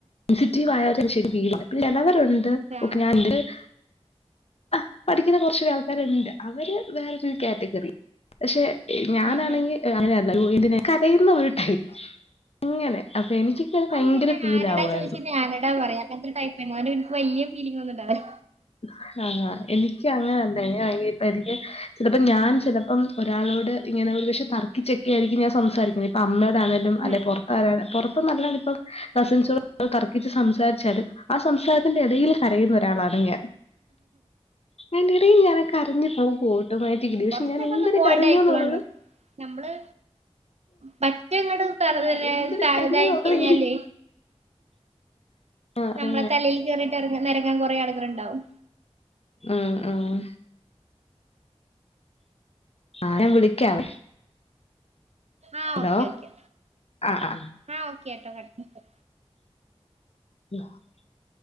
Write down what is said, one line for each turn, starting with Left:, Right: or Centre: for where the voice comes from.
Left: സെൻസിറ്റീവായ ഒരു വിഷയ ഫീ പിന്ന <unintelligible>
Right: ആഹ്
Left: ആ പഠിക്ക്ണ കുറച്ച ആൾക്കാരുണ്ട് അവര് വേറൊരു കാറ്റഗറി പക്ഷെ ഞാനാണെങ്കി
Right: ആഹ് ആഹ്
Left: അങ്ങനെയല്ല <unintelligible> കരയുന്ന ഒരു ടൈപ്പ് അങ്ങനെ അപ്പൊ എനിക്കൊക്കത്
Right: അവൻ
Left: ഭയങ്കര
Right: പിന്നെ
Left: ഫീൽ
Right: ആരടാ
Left: ആവുാ
Right: ചോദിച്ചാ ഞാനടാ പറയാക്ക <unintelligible> ടൈപ്പേനു വലിയ ഫീലിംഗൊന്നുണ്ടാവില്ല.
Left: <inaudible> ഹഅ എനിക്കങ്ങനണ്ട് <unintelligible> എനിക്ക് ഇത്പ്പോ ഞാൻ ചിലപ്പം ഒരാളോട് ഇങ്ങനെ <unintelligible> ഒരു പക്ഷെ തർക്കിച്ചൊക്കെയായിരിക്കും ഞാൻ സംസാരിക്കുന്നെ ഇപ്പൊ അമ്മോടാണേലും അല്ലെ
Right: ആഹ്
Left: പുറത്താരോ പൊറ അത്ത്നല്ലനിപ്പം കസിൻസോ തർക്കിച്ച് സംസാരിച്ചാലും ആ സംസാരത്തിന്റെ ഇടയില് കരയുന്ന ഒരാളാണ് ഞാൻ എന്റെടെ ഞാനാ കരഞ്ഞു പോ മ്പോൾ ഓട്ടോമാറ്റിക്ക് പക്ഷെ
Right: കൊറച്ചൊക്കെ
Left: ഞാൻ എന്തിന
Right: ഒന്ന് ബോൾഡ്
Left: കരഞ്ഞുന്നുള്ളത്
Right: ആയിക്കോളണ്ട് നമ്മള് പറ്റങ്ങട് <unintelligible>
Left: ആ എന്തിന് കരഞ്ഞു
Right: ഇതായി
Left: എന്നുള്ളത്
Right: കഴിഞ്ഞാലേ
Left: എനിക്ക് ആ.
Right: ഞമ്മള തലയിൽ കേറിട്ട് ഇഎറങ്ങ നെരങ്ങ കൊറെേ ആളുകളുണ്ടാവും
Left: ആഹ് ആഹ് അ ഞാൻ വിളിക്കാവേ
Right: ആഹ്
Left: ഹലോ.
Right: ഓക്കെ ഓക്കെ
Left: ആ ആ.
Right: ആഹ് ഓക്കെട്ടോ കട്ട്
Left: <unintelligible>